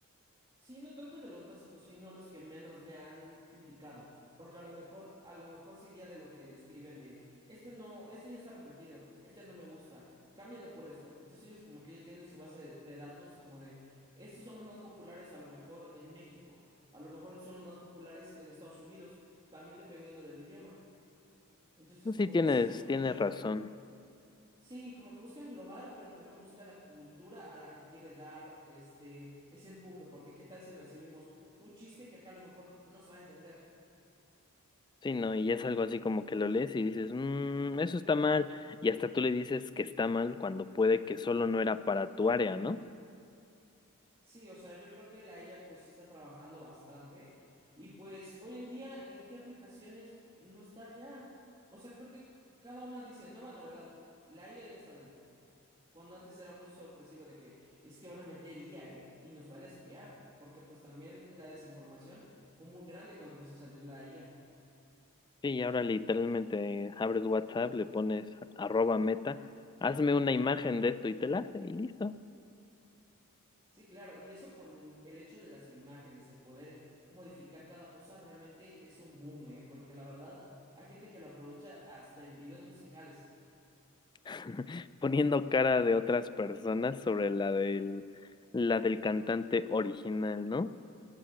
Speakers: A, on the right; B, on the left.
A: Sí, no tanto de los básicos, sino los que menos le han criticado, porque a lo mejor, a lo mejor se guía de lo que le escriben de, este no, este ya está repetido, este no me gusta, cámbialo por esto. Entonces ellos como que ya tienen su base de, de datos como de, estos son los más populares a lo mejor en México, a lo mejor son los más populares en Estados Unidos, también dependiendo del idioma. Entonces
B: Pues
A: como
B: Sí, tienes,
A: que sí busca mucho
B: tienes razón.
A: Sí, como que busca englobar, pero también busca la cultura a la que quiere dar este ese empuje, porque qué tal si recibimos un chiste que acá a lo mejor no se va a entender.
B: Sí, no, y es algo así como que lo lees y dices, mmm, eso está mal. Y hasta tú le dices que está mal cuando puede que solo no era para tu área, ¿no?
A: Sí, o sea, yo creo que la IA pues sí está trabajando bastante y pues hoy en día en qué aplicaciones no está ya. O sea, creo que cada una dice nueva novedad, la IA ya está dentro. Cuando antes era muy sorpresivo de que es que van a meter IA, ¿eh? Y nos van a espiar, porque pues también la desinformación fue muy grande cuando empezó a salir la IA.
B: Sí, y ahora literalmente abres WhatsApp, le pones arroba meta, hazme una imagen de esto y te la hace y listo.
A: Sí, claro, y eso con el hecho de las imágenes, el poder modificar cada cosa realmente es un boom, ¿eh? Porque la verdad hay gente que lo aprovecha hasta en videos musicales.
B: <laughs> Poniendo cara de otras personas sobre la del, la del cantante original, ¿no?